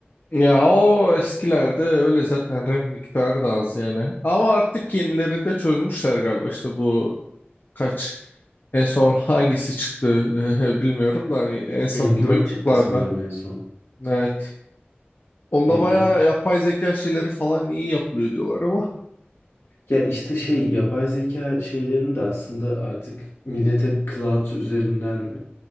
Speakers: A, on the left; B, on the left.
A: Ya o eskilerde öyle zaten RAM miktarı da az yani. Ama artık yenilerinde çözmüşler galiba işte bu kaç en son hangisi çıktı <laughs> bilmiyorum da hani en sonki
B: M4
A: MacBook'larda.
B: çıktı sanırım en son.
A: Evet. Onda
B: M4
A: bayağı
B: çıktı.
A: yapay zeka şeyleri falan iyi yapılıyor diyorlar ama.
B: Ya işte şey yapay zeka şeylerini de aslında artık millet hep cloud üzerinden